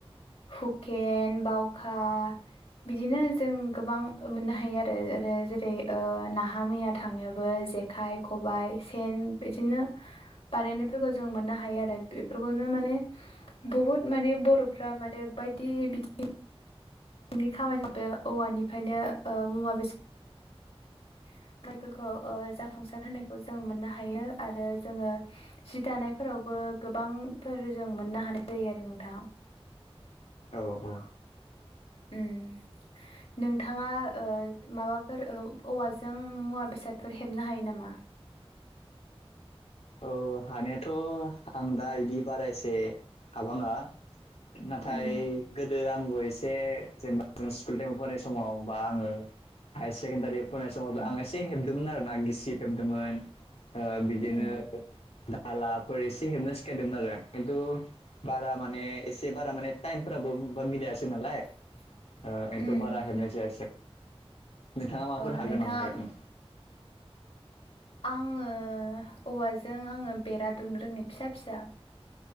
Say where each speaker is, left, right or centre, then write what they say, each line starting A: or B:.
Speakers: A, on the left; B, on the left.
A: हुखेन बावखा बिदिनो जों गोबां मोननो हायो आरो आरो जेरै नाहा मैया थांनायावबो जेखाय खबाइ सेन बिदिनो बानायनायफोरखौ जों मोननो हायो आरो बेफोर फोरखौनो माने बुहुत माने बर'फ्रा माने बायदि बिथिं नि खामानिया औवानिफ्रायनो मुवा बेसाद <inaudible> माइफोरखौ ओ जाफुंसार होनायखौ जों मोननो हायो आरो जोङो जि दानायफोरावबो गोबांफोर जों मोननो हानाय जायो आरो नोंथां
B: औ औ
A: उम नोंथाङा ओ माबाफोर औवाजों मुवा बेसादफोर हेबनो हायो नामा?
B: औ हानायाथ' आं दा बिदि बारायसे हाबाङा। नाथाय
A: उम
B: गोदो आंबो एसे जेनेबा जों स्कुल टाइमाव फरायस समाव बा आङो हायार सेकेण्डारि फरायनाय समाव
A: उम
B: आं एसे हेब दोंमोन आरो ना गिसि फेबदोंमोन बिदिनो।
A: उम
B: दधालाफोर एसे हेबनो सिखायदोंमोन आरो खिन्थु बारा माने एसे बारा माने टाइम फोराबो मिलायासै नालाय
A: <inaudible>
B: ओ एनथ'
A: उम
B: बारा हेबनायसै नोंथाङा माफोर
A: अ
B: हागोन
A: नोंथाङा
B: नामा हेबनो?
A: आङो औवाजों आङो बेरा दुमनो रोङो फिसा फिसा।